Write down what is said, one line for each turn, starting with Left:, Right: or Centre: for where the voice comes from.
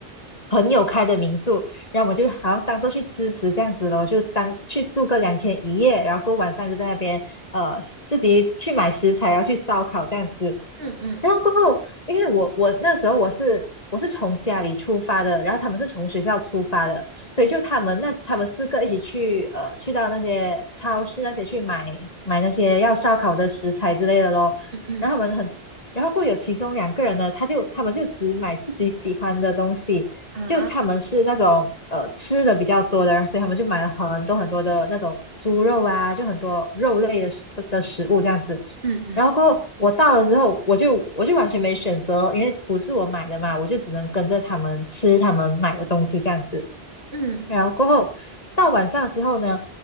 Left: 朋友开的民宿，然后我就好像当做去支持这样子咯，就当去住个两天一夜，然后过晚上就在那边呃自己去买食材，然后去烧烤这样子。
Right: 嗯嗯
Left: 然后过后，因为我我那时候我是我是从家里出发的，然后他们是从学校出发的，所以就他们那他们四个一起去呃去到那些超市那些去买买那些要烧烤的食材之类的咯。
Right: 嗯嗯嗯
Left: 然后他们很，然后过后有其中两个人呢，他就他们就只买自己喜欢的东西。
Right: 啊，
Left: 就他们是那种呃吃的比较多的人，所以他们就买了很多很多的那种猪肉啊，就很多肉类的食的食物这样子。
Right: 嗯嗯
Left: 然后过后我到了之后，我就我就完全没选择了，因为不是我买的嘛，我就只能跟着他们吃他们买的东西这样子。
Right: 嗯，
Left: 然后过后到晚上之后呢，